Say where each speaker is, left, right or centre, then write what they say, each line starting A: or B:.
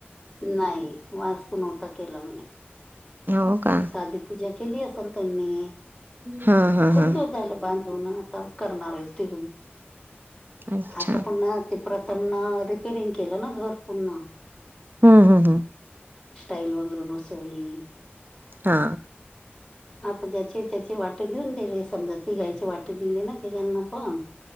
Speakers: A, on the left (about 20°); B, on the right (about 50°).
A: नाही वास्तू नव्हता केला म्हणे,
B: हो का
A: साधी पूजा केली असेल त्यांनी,
B: हा हा
A: खूप
B: हा
A: दिवस झाले बांधून. करणार त
B: अच्छा
A: आता पु्हा ते. प्रथम ना रिपेरिंग केलं ना, घर पुून्हा.
B: हम्म हम्म हम्म.
A: स्टईल वगैरे बसवली.
B: हा
A: आता ज्याची त्याची वाटे देऊन दिले समजा तीघायची वाटे दिले ना तिघांना पण